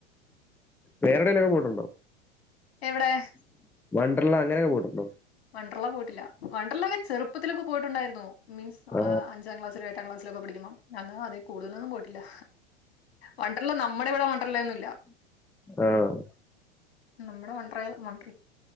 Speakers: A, in the centre; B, on the left.
A: വേറെടെല് ഒക്കെ പോയിട്ട് ഒണ്ടാ
B: എവിടെ
A: വണ്ടർല അങ്ങനെ ഒക്കെ പോയിട്ട് ഒണ്ടോ
B: വണ്ടർല പോയിട്ടില്ല വണ്ടർല ഒക്കെ ചെറുപ്പത്തില് ഒക്കെ പോയിട്ട് ഒണ്ടായിരുന്നു മീൻസ്
A: ആ
B: അഞ്ചാം ക്ലാസ്സില് എട്ടാം ക്ലാസില് ഒക്കെ പഠിക്കുമ്പോ അന്ന് അതിൽ കൂടുതൽ ഒന്നും പോയിട്ടില്ല വണ്ടർല നമ്മുടെ ഇവിടെ വണ്ടർല ഒന്നും ഇല്ല
A: ആഹ്
B: നമ്മുടെ വണ്ടറെ വൻഡ്രി